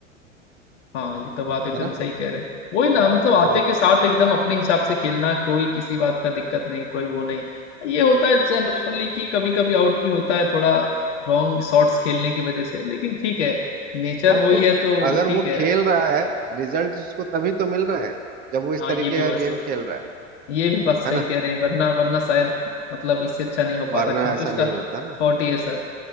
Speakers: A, on the left; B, on the right.
A: हाँ ये तो बात एकदम
B: है ना
A: सही कह रहे हैं वही ना मतलब आते
B: बहुत
A: के साथ एकदम अपने हिसाब से खेलना कोई किसी बात का दिक्कत नहीं कोई वो नहीं ये होता है जनरली कि कभी कभी आउट भी होता है थोड़ा रॉन्ग शॉट्स खेलने की वजह से लेकिन ठीक है नेचर
B: हाँ
A: वही
B: तो
A: है तो
B: अगर
A: ठीक
B: वो
A: है
B: खेल रहा है रिजल्ट उसको तभी तो मिल रहे हैं जब वो इस
A: हाँ
B: तरीके
A: ये भी
B: का
A: बात सही
B: गेम खेल रहा है
A: ये भी बात सही
B: है ना
A: कह रहे हैं वरना वरना शायद मतलब इससे अच्छा नहीं हो पाता
B: वरना
A: क्योंकि
B: ऐसा
A: उसका
B: नहीं होता ना
A: थॉट ही ऐसा है